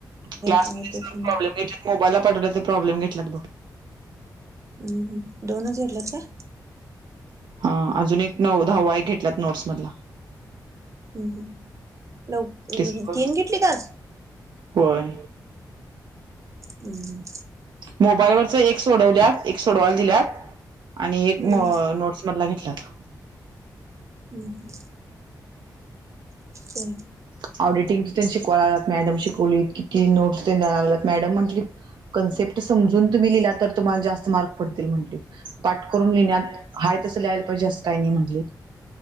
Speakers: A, on the right (about 75°); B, on the right (about 40°).
A: क्लासमध्येच
B: काय होतंय पण.
A: प्रॉब्लेम घेतलेत मोबाईलला पाठवल ते प्रॉब्लेम घेतल्यात बघ
B: हम् दोनच घेतलेत का?
A: हा अजून एक नऊ दहावा एक घेतल्यात नोट्स मधला
B: हम् हम लव
A: ते सगळं
B: तीन घेतली आज
A: होय
B: हम्
A: मोबाईल वरच एक सोडवल्यात एक सोडवायला दिल्यात आणि एक
B: हम्म
A: म नोट्स मधल घेतल्यात
B: हम् हो
A: ऑडिटिंग ची त्यांची कोणालाच मॅडम शिकवलीत कि नोट्स तेन दयला लागल्यात मॅडम म्हटली कन्सेप्ट समजून तुम्ही लिहिला तर तुम्हाला जास्त मार्क पडतील म्हटली पाठ करून लिण्यात हाय तसं लियला पाहिजे असं काय नाही म्हणले